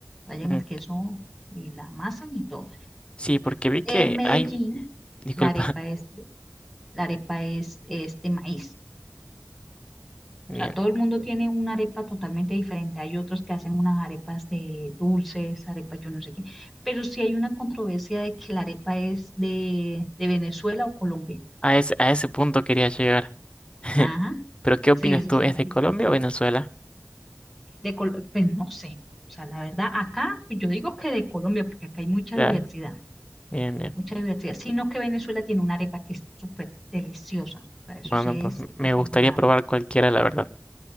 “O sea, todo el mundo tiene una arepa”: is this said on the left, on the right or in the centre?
Centre